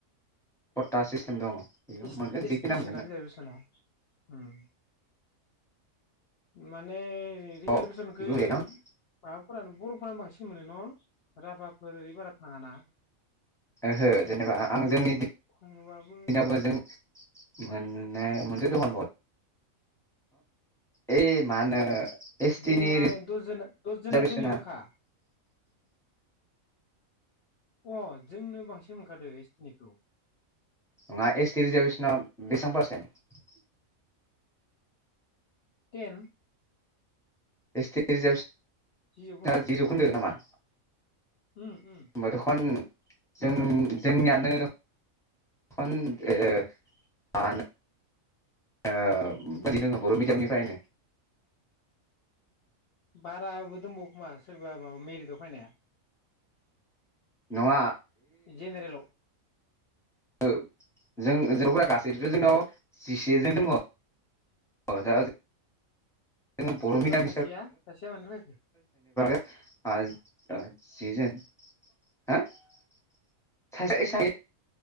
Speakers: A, in the centre; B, on the left.
A: खथा सिस्टेम दङ। बेयाव
B: एस
A: मोनगोन
B: टि एस
A: जिखिना
B: टि
A: मोनगोन
B: सोना रिजारभेसना ओम। माने रिजारभेसनखो
A: अ बेबो मोनगोन न
B: माबाफोरानो बर फोरानो बांसिन मोनो न राभाफोर ओरै बारा थाङाना।
A: ओहो जेनेबा आंजों
B: थाङोबाबो
A: <inaudible> जों। मोननो <inaudible> ओइ मा होनो? एस टि
B: जोंनिया
A: नि
B: दसजोन दसजोना
A: रिजार्भेसना
B: जोंनिनोखा। अ जोंनो बांसिन मोनखादो एटिनिखौ।
A: नङा एस टि रिजारभेसना बेसां पारसेन्ट।
B: टेन।
A: एस टि रिजारभेस
B: जि जौखोन्दो
A: ना जि जौखोन्दो नामा?
B: उम उम
A: ओमबा दखन जों
B: न' दाउट
A: जोंनियानो। <inaudible> ओ <inaudible> ओ <inaudible> बर मिडियामनिफ्रायनो।
B: बाराबो दंबावोखोमा सोरबा माबा मेरिटआव फैनाया।
A: नङा
B: जेनेरेलाव।
A: ओ जों जों हैवाफोरा गासैथ' जोंनाव जिसेजन दङ अ' दा। जोङो बर'
B: होमबा
A: मिडियाम
B: सासेया सासेया मानो फरायखो।
A: आ आज जिजोन हो सासेया इसामिस।